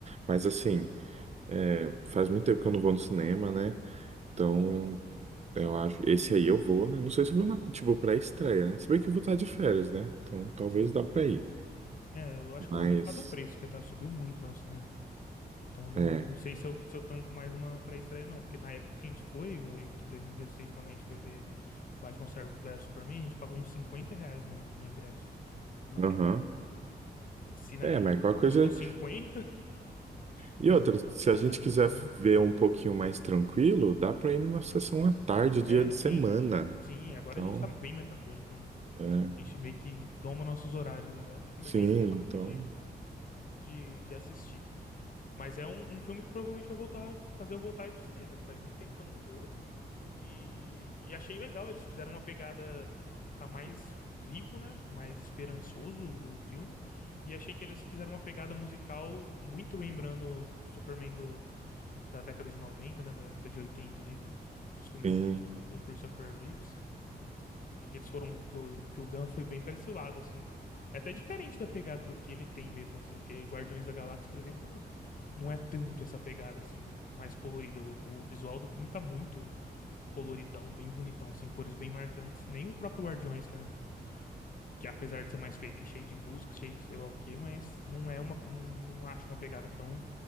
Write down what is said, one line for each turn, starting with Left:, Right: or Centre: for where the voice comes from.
Right: Mas assim, é, faz muito tempo que eu não vou no cinema, né? Então, eu acho. Esse aí eu vou, né? Não sei se eu vou na, tipo, pré-estreia, né? Se bem que eu vou estar de férias, né? Então, talvez
Left: Sim.
Right: dá pra ir.
Left: É, eu acho que
Right: Mas,
Left: eu vou ver por causa do preço, que tá, subiu muito, né, o cinema. Então não,
Right: é.
Left: não sei se eu, se eu tanco mais uma pré-estreia, não. Porque na época que a gente foi, eu lembro que em 2016, quando a gente foi ver Batman vs Superman, a gente pagou uns 50 reais no, no ingresso. Naquela
Right: Aham.
Left: época. Se naquela
Right: É, mas qualquer
Left: época
Right: coisa.
Left: custou 50, <laughs>
Right: E
Left: não
Right: outra,
Left: sei quanto
Right: se
Left: vai
Right: a gente
Left: estar custando.
Right: quiser ver um pouquinho mais tranquilo, dá pra ir numa sessão à tarde, dia
Left: É,
Right: de
Left: sim.
Right: semana.
Left: Sim, agora
Right: Então,
Left: a gente tá bem mais tranquilo. A gente, não-
Right: é.
Left: a gente meio que doma nossos horários agora, fica
Right: Sim,
Left: bem mais fácil
Right: então.
Left: de, de, de assistir. Mas é um, um filme que provavelmente vai voltar, fazer eu voltar a ir pro cinema. Faz muito tempo que eu não vou. E, e achei legal, eles fizeram uma pegada. Tá mais vivo, né? Mais esperançoso o o filme. E achei que eles fizeram uma pegada musical muito lembrando Superman do, da década de noventa né? Da década de 80 ali, da- dos filmes
Right: Sim,
Left: do, Christo- do Christopher Reeves. Acho que eles foram. Que o, que o Gunn foi bem pra esse lado, assim. É até diferente da pegada do que ele tem mesmo, assim. Porque Guardiões da Galáxia, por exemplo, não, não é tanto essa pegada, assim, mais colorida. O, o visual do filme tá muito coloridão, bem bonitão, assim, cores bem marcantes. Nem o próprio Guardiões, que, é- que apesar de ser mais feliz, cheio de música, cheio de sei lá o quê, mas não é uma, não, não acho uma pegada tão,